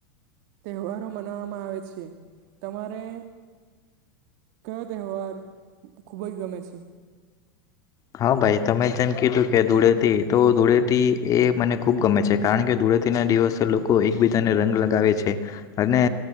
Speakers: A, on the right (about 50°); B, on the left (about 30°).
A: તહેવારો મનાવામાં આવે છે તમારે કયો તહેવાર ખુબજ ગમે છે
B: હા ભાઈ તમે જેમ કીધું કે ધૂળેટી તો ધૂળેટી એ મને ખુબ ગમે છે કારણ કે ધૂળે પ્રતિ ના દિવસે લોકો એકબીજાને રંગ લગાવે છે અને